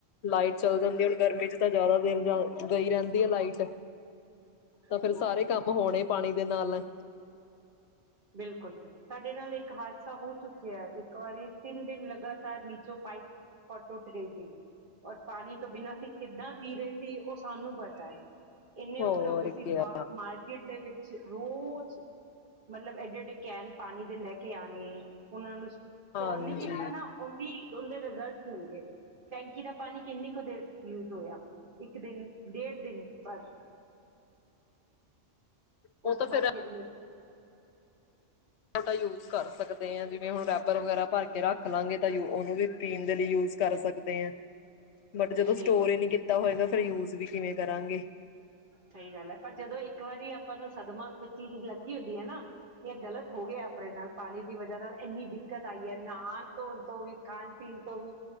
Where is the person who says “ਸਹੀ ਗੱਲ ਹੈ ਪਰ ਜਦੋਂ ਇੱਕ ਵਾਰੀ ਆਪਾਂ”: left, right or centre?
Right